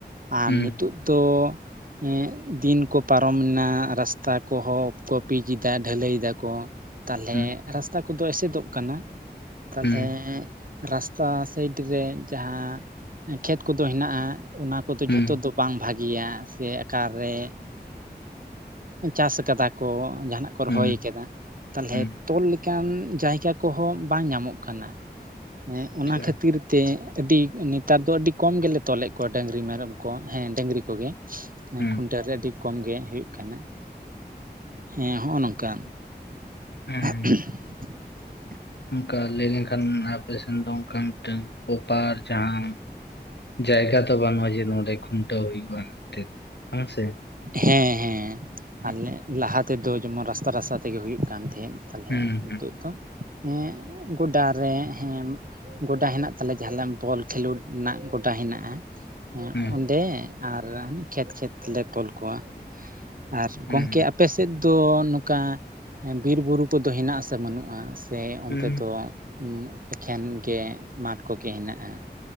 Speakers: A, on the right (about 55°); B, on the left (about 80°).
A: ᱟᱨ
B: ᱦᱩᱸ
A: ᱱᱤᱛᱚᱜ ᱫᱚ, ᱦᱮᱸ ᱫᱤᱱ ᱠᱚ ᱯᱟᱨᱚᱢᱮᱱᱟ ᱨᱟᱥᱛᱟ ᱠᱚᱦᱚᱸ ᱠᱚ ᱯᱤᱡ ᱮᱫᱟ ᱰᱷᱟᱹᱞᱟᱹᱭ ᱮᱫᱟ ᱠᱚ ᱛᱟᱦᱚᱞᱮ
B: ᱦᱩᱸ
A: ᱨᱟᱥᱛᱟ ᱠᱚᱫᱚ ᱮᱥᱮᱫᱚᱜ ᱠᱟᱱᱟ ᱛᱟᱦᱚᱞᱮᱼᱼ
B: ᱦᱩᱸ
A: ᱨᱟᱥᱛᱟ ᱥᱟᱭᱤᱰ ᱨᱮ ᱡᱟᱦᱟᱸ ᱠᱷᱮᱛ ᱠᱚᱫᱚ ᱦᱮᱱᱟᱜᱼᱟ ᱚᱱᱟ ᱠᱚᱫᱚ
B: ᱦᱩᱸ
A: ᱡᱷᱚᱛᱚ ᱫᱚ ᱵᱟᱝᱼᱼ ᱵᱷᱟᱜᱤᱭᱟ ᱥᱮ ᱚᱠᱟ ᱨᱮ ᱪᱟᱥ ᱟᱠᱟᱫᱟᱼᱼ ᱠᱚ ᱡᱟᱦᱟᱱᱟᱜ ᱠᱚ
B: ᱦᱩᱸ
A: ᱨᱚᱦᱚᱭ ᱟᱠᱟᱫᱟ ᱛᱟᱦᱚᱞᱮ
B: ᱦᱩᱸ
A: ᱛᱚᱞᱼᱼ ᱚᱱᱠᱟᱱ ᱡᱟᱭᱜᱟ ᱠᱚᱦᱚᱸ ᱵᱟᱝ ᱧᱟᱢᱚᱜ ᱠᱟᱱᱟ ᱦᱮᱸ ᱚᱱᱟ
B: ᱟᱪᱪᱷᱟ
A: ᱠᱷᱟᱹᱛᱤᱨᱼᱼ ᱛᱮ ᱟᱹᱰᱤ ᱱᱮᱛᱟᱨ ᱫᱚ ᱟᱹᱰᱤ ᱠᱚᱢ ᱜᱮᱞᱮ ᱛᱚᱞᱮᱫ ᱠᱚᱣᱟ ᱰᱟᱹᱝᱨᱤ ᱢᱮᱨᱚᱢ ᱠᱚ ᱦᱮᱸ ᱰᱟᱹᱝᱨᱤ ᱠᱚᱜᱮᱼᱼ ᱦᱮᱸ
B: ᱦᱩᱸ
A: ᱠᱷᱩᱱᱴᱟᱹᱣ ᱨᱮ ᱟᱹᱰᱤ ᱠᱚᱢ ᱜᱮ ᱦᱩᱭᱩᱜ ᱠᱟᱱᱟ ᱦᱮᱸ ᱦᱚᱜ-ᱚ ᱱᱚᱝᱠᱟ,
B: ᱦᱩᱸ
A: <unintelligible>
B: ᱚᱱᱠᱟ ᱞᱟᱹᱭ ᱞᱮᱱᱠᱷᱟᱱ ᱟᱯᱮ ᱥᱮᱱ ᱫᱚ ᱚᱱᱠᱟ ᱢᱤᱫᱴᱟᱱ ᱯᱚᱯᱟᱨ ᱡᱟᱦᱟᱸ ᱡᱟᱭᱜᱟ ᱫᱚ ᱵᱟᱹᱱᱩᱜᱼᱟ ᱡᱮ ᱱᱚᱰᱮ ᱠᱷᱩᱱᱴᱟᱹᱣ ᱦᱩᱭᱩᱜᱼᱟ ᱢᱮᱱᱛᱮ ᱵᱟᱝ ᱥᱮ?
A: ᱦᱮᱸ ᱦᱮᱸ
B: ᱦᱩᱸ
A: ᱟᱞᱮ ᱞᱟᱦᱟ ᱛᱮᱫᱚ ᱡᱮᱢᱚᱱ ᱨᱟᱥᱛᱟ ᱨᱟᱥᱛᱟ ᱛᱮᱜᱮ ᱦᱩᱭᱩᱜ ᱠᱟᱱ ᱛᱟᱦᱮᱸᱫ᱾ ᱛᱟᱦᱞᱮ
B: ᱦᱩᱸ
A: ᱱᱤᱛᱚᱜ ᱫᱚ ᱦᱮᱸ ᱜᱚᱰᱟ ᱨᱮ ᱦᱮᱸᱼᱼ ᱜᱚᱰᱟ ᱦᱮᱱᱟᱜ ᱛᱟᱞᱮ ᱭᱟ ᱡᱟᱦᱟᱸ ᱵᱚᱞ ᱠᱷᱮᱞᱳᱰ ᱨᱮᱱᱟᱜ ᱜᱚᱰᱟ ᱦᱮᱱᱟᱜ-ᱟ᱾ ᱦᱮᱸ
B: ᱦᱩᱸ
A: ᱚᱸᱰᱮ ᱟᱨ ᱠᱷᱮᱛ ᱠᱷᱮᱛ ᱛᱮ ᱞᱮ ᱛᱚᱞ ᱠᱚᱣᱟ ᱟᱨ
B: ᱦᱩᱸ
A: ᱜᱚᱝᱠᱮ ᱟᱯᱮ ᱥᱮᱫ ᱫᱚ ᱱᱚᱝ ᱠᱟ ᱵᱤᱨ ᱵᱩᱨᱩ ᱠᱚ ᱫᱚ ᱦᱮᱱᱟᱜ-ᱟ ᱥᱮ ᱵᱟᱹᱱᱩᱜ-ᱟ᱾ ᱥᱮ ᱚᱱᱛᱮ
B: ᱦᱩᱸ
A: ᱫᱚ ᱮᱠᱷᱮᱱ ᱜᱮ ᱢᱟᱴᱷ ᱠᱚ ᱜᱮ ᱦᱮᱱᱟᱜ-ᱟ᱾